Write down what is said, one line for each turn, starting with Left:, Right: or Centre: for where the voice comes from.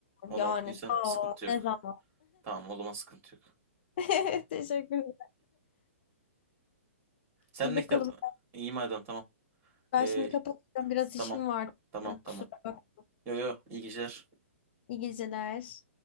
Right: Onu
Left: Yani.
Right: okuduysan
Left: Aa,
Right: sıkıntı yok.
Left: ne zaman?
Right: Tamam o zaman sıkıntı yok.
Left: <laughs> Teşekkür ederim.
Right: Sen
Left: İyi
Right: ne
Left: bakalım.
Right: kitap? İyi madem tamam.
Left: Ben
Right: Ee,
Left: şimdi kapatacağım. Biraz
Right: tamam.
Left: işim var
Right: Tamam
Left: çünkü.
Right: tamam.
Left: Kusura bak.
Right: Yo yo iyi geceler.
Left: İyi geceler.